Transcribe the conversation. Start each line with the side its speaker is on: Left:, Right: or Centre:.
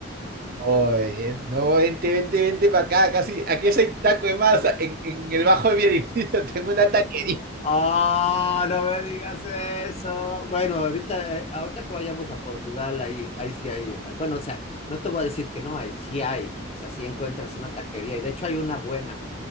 Right: Oye, no, vente, vente, vente para acá, casi, aquí soy taco de masa, en, en el bajo de mi edificio <laughs> tengo una taquería.
Left: Ah, no me digas eso. Bueno, ahorita, eh, ahorita que vayamos a Portugal, ahí, ahí sí hay, bueno, o sea, no te voy a decir que no hay, sí hay, o sea, sí encuentras una taquería y de hecho hay una buena.